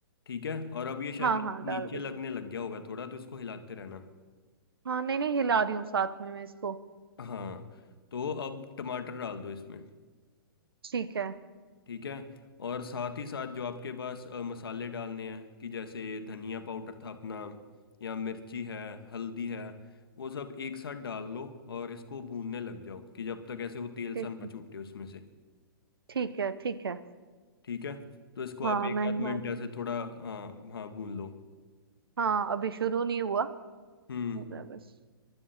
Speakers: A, on the left (about 75°); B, on the right (about 75°).
A: ठीक है और अब ये शायद
B: हाँ
A: नी-
B: हाँ डाल
A: नीचे
B: दी
A: लगने लग गया होगा थोड़ा तो इसको हिलाते रहना
B: हाँ नहीं नहीं हिला रही हूँ साथ में मैं इसको
A: हाँ तो अब टमाटर डाल दो इसमें
B: ठीक है
A: ठीक है और साथ ही साथ जो आपके पास अ, मसाले डालने हैं कि जैसे धनिया पाउडर था अपना या मिर्ची है हल्दी है वो सब एक साथ डाल लो और इसको भूनने लग जाओ कि जब तक ऐसे वो तेल
B: ठीक
A: सा ना
B: है
A: छूटे उसमें से
B: ठीक है ठीक है
A: ठीक है तो इसको
B: हाँ
A: आप एक
B: मैं
A: आध
B: हिला-
A: मिनट ऐसे थोड़ा हाँ हाँ भून लो
B: हाँ अभी शुरू नहीं हुआ
A: हम्म
B: हो गया बस